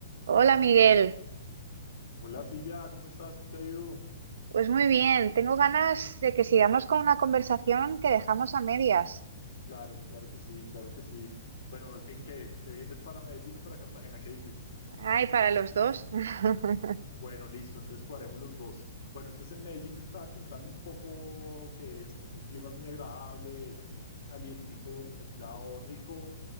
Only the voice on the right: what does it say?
Hola Miguel,
pues muy bien, tengo ganas de que sigamos con una conversación que dejamos a medias.
Ay, para los dos. <laughs>